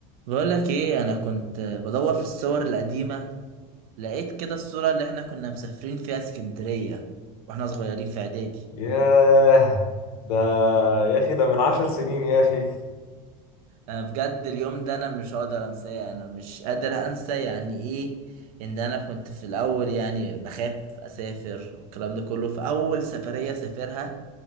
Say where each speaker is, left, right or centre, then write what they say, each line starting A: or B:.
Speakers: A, on the right; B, on the left.
A: بقول لك ايه انا كنت بدور في الصور القديمه لقيت كده الصوره اللي احنا كنا مسافرين فيها اسكندريه واحنا صغيرين في اعدادي
B: ياه ده يا اخي ده من عشر سنين يا اخي
A: انا بجد اليوم ده انا مش هقدر انساه انا مش قادر انسى يعني ايه ان انا كنت في الاول يعني بخاف اسافر والكلام ده كله فاول سفريه سافرها